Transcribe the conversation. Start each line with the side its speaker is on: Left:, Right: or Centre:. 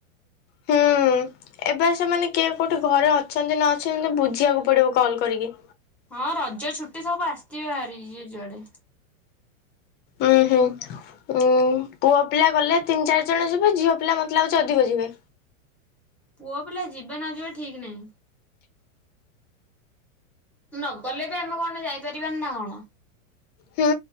Left: ହୁଁ ଏବେ ସେମାନେ କିଏ କୋଉଠି ଘରେ ଅଛନ୍ତି ନ ଅଛନ୍ତି ବୁଝିବାକୁ ପଡ଼ିବ କଲ୍ କରିକି।
Centre: ହଁ ରଜ ଛୁଟି ସବୁ ଆସିଥିବେ ହାରି ଯିଏ ଯୁଆଡ଼େ।
Left: ଉୁଁ ହୁଁ ପୁଅ ପିଲା ଗଲେ ତିନି ଚାରି ଜଣ ଯିବେ ଝିଅ ପିଲା ମତେ ଲାଗୁଛି ଅଧିକ ଯିବେ।
Centre: ପୁଅ ପିଲା ଯିବେ ନ ଯିବେ ଠିକ୍ ନାହିଁ। ନଗଲେ ବି ଆମେ କଣ ଯାଇପାରିବାନି ନା କଣ।
Left: ହୁଁ